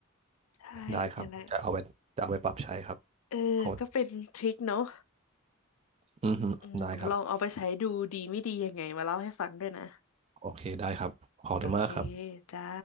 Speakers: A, on the left (about 80°); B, on the right (about 30°).
A: ใช่เนี่ยแหละ
B: ได้ครับจะเอาไปจะเอาไปปรับใช้ครับ
A: เออก็เป็นทริคเนาะ
B: ขอบ อือฮึได้ครับ
A: อืมลองเอาไปใช้ดูดีไม่ดียังไงมาเล่าให้ฟังด้วยนะ
B: โอเค ได้ครับ ขอบคุณมากครับ
A: โอเคจ้า